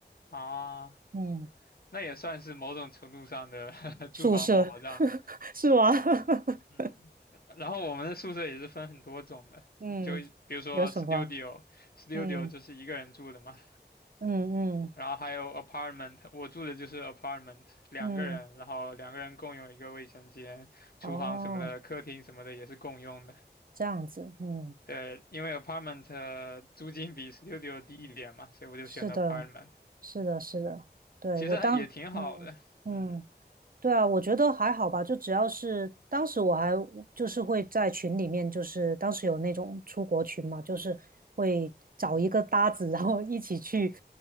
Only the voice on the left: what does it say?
啊，
那也算是某种程度上的 <laughs>
住房保障。
嗯，然后我们的宿舍也是分很多种的，
就比如说
studio，studio
就是一个人住的嘛。
然后还有 apartment，我住的就是 apartment，两个人，
然后两个人共用一个卫生间，厨房什么的，
客厅什么的也是共用的。
对，因为 apartment 呃租金比 studio 低一点嘛，所以我就选的
apartment，
其实还也挺好的。
嗯